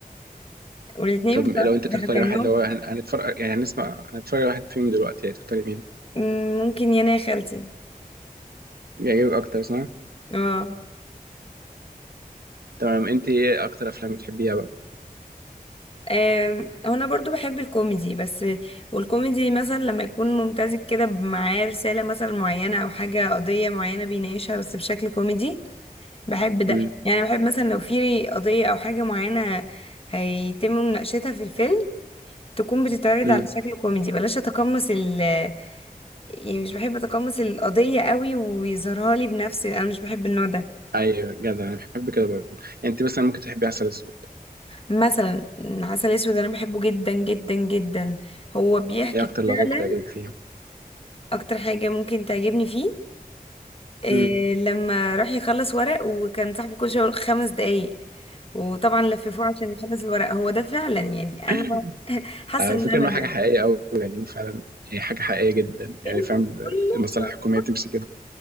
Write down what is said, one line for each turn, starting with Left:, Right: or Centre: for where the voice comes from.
Left: والاتنين
Right: طب
Left: بصراحة
Right: لو انت
Left: بيضحكوا
Right: تختاري
Left: يعني
Right: واحد
Left: هو
Right: لو هن- هنتفرج يعني هنسمع هنتفرج على واحد فيهم دلوقتي يعني تختاري مين
Left: مم، ممكن يانا يا خالتي
Right: بيعجبك اكتر صح
Left: اه
Right: تمام انت ايه اكتر افلام بتحبيها بقى
Left: آم، هو انا برضو بحب الكوميدي بس والكوميدي مثلا لما يكون ممتزج كده معاه رسالة مثلا معينة او حاجة قضية معينة بيناقشها بس بشكل كوميدي بحب ده
Right: امم
Left: يعني بحب مثلا لو في قضية او حاجة معينة هيتم مناقشتها في الفيلم تكون بتتعرض
Right: امم
Left: على شكل كوميدي بلاش اتقمص ال يعني مش بحب اتقمص القضية قوي ويظهرها لي بنفسي انا مش بحب النوع ده
Right: ايوه جدع انا بحب كده برضه يعني انت مثلا ممكن تحبي عسل اسود
Left: مثلا عسل اسود انا بحبه جدا جدا جدا هو بيحكي
Right: ايه اكتر لغات
Left: فعلا
Right: بتعجبك فيهم
Left: اكتر حاجة ممكن تعجبني فيه إيه
Right: امم
Left: لما راح يخلص ورق وكان صاحبه كل شوية يقول خمس دقايق وطبعا لففوه عشان يخلص الورق هو ده فعلا يعني
Right: <laughs>
Left: انا حاسة
Right: على
Left: ان
Right: فكره
Left: انا
Right: انه
Left: ده
Right: حاجه حقيقيه قوي يعني فعلا هي حاجه حقيقيه جدا يعني
Left: الفيلم
Right: فاهم
Left: كله
Right: المصالح
Left: بصراحة
Right: الحكوميه بتمشي كده